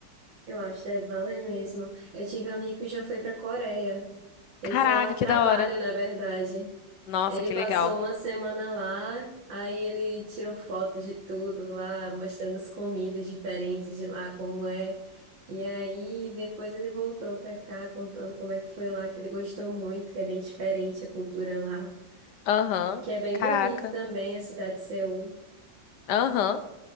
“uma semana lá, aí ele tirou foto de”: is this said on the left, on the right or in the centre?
Right